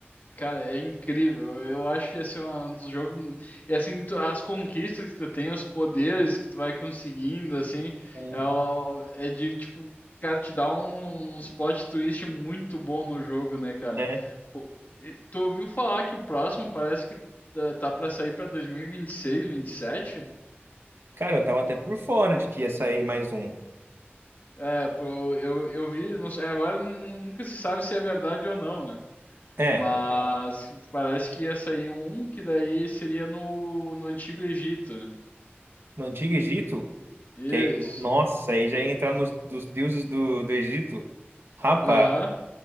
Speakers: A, on the left (about 45°); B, on the right (about 70°).
A: Cara, é incrível. Eu acho que esse é um dos jogos. E assim, tu- as conquistas que tu tem, os poderes que tu vai conseguindo, assim,
B: Sim.
A: é, o- é de tipo, cara, te dá um, uns plot twist muito bom no jogo, né, cara?
B: Né?
A: O- e Tu ouviu falar que o próximo parece que tá, tá pra sair pra 2026, 27?
B: Cara, eu tava até por fora de que ia sair mais um.
A: É, pô, eu, eu vi, não sei, agora nu- nunca se sabe se é verdade ou não, né?
B: É,
A: Mas parece que ia sair um que daí seria no, no Antigo Egito.
B: no Antigo Egito,
A: Isso.
B: que aí, nossa, aí já ia entrar nos dos deuses do, do Egito. Rapaz.
A: Aham.